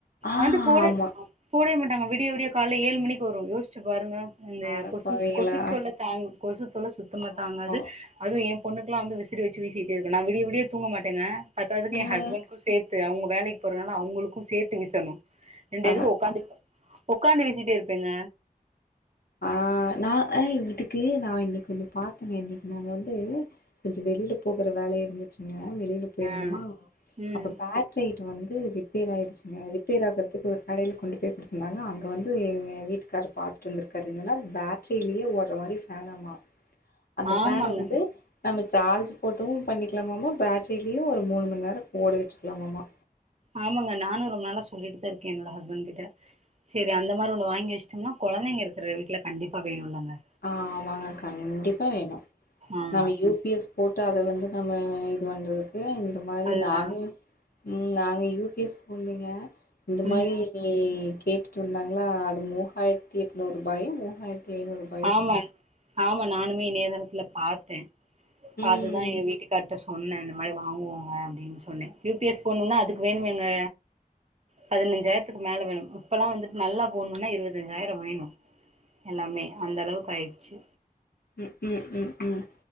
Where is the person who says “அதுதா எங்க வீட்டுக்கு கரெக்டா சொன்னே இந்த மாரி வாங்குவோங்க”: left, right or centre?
Right